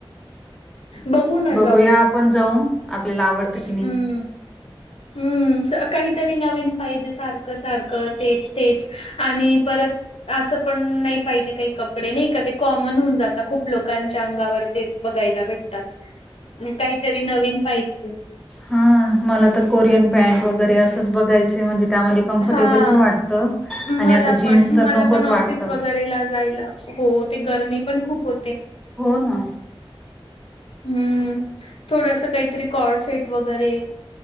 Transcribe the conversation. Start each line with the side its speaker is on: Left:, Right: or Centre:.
Left: बघू ना,
Centre: बघूया
Left: जाऊ
Centre: आपण जाऊन आपल्याला आवडतं
Left: हम्म
Centre: की नाही
Left: हम् काहीतरी नवीन पाहिजे, सारखं, सारखं, तेच, तेच, आणि परत असं पण नाही पाहिजे, काही कपडे नाही का? ते कॉमन होऊन जात खूप लोकांच्या अंगावर तेच बघायला भेटतात. काहीतरी नवीन पाहिजे.
Centre: हा मला तर कोरियन पॅनट, वगैरे, असंच बघायचं म्हणजे? त्यामध्ये कम्फर्टेबल
Left: हा
Centre: पण वाटत. आणि
Left: मला
Centre: आता जीन्स
Left: पण
Centre: तर
Left: मला
Centre: नकोच
Left: पण ऑफिस
Centre: वाटत.
Left: वगैरेला जायला हो ते गरमी पण खूप हो
Centre: हो ना
Left: हम्म थोडस काहीतरी कॉड सेट वगैरे